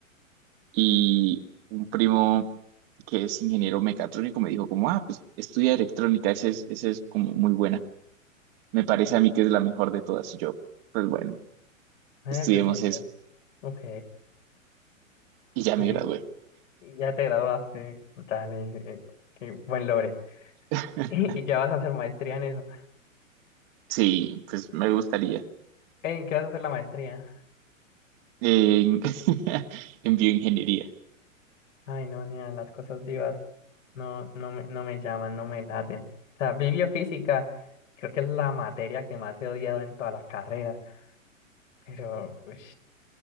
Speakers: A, on the right; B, on the left.
A: Y un primo que es ingeniero mecatrónico me dijo como, ah, pues estudia electrónica, esa es, esa es como muy buena. Me parece a mí que es la mejor de todas. Y yo, pues bueno,
B: Es
A: estudiemos
B: decente,
A: eso.
B: ok.
A: Y ya
B: Y,
A: me gradué.
B: y ya te graduaste, dale, eh, qué buen logre. <laughs>
A: <laughs>
B: Y, ya vas a hacer maestría en eso.
A: Sí, pues me gustaría.
B: Ey, ¿en ¿qué vas a hacer la maestría?
A: En, <laughs> en bioingeniería.
B: Ay, no, nea, las cosas divas no, no me, no me llaman, no me laten. O sea, bibliofísica, creo que es la materia que más he odiado en toda la carrera. Pero, pues...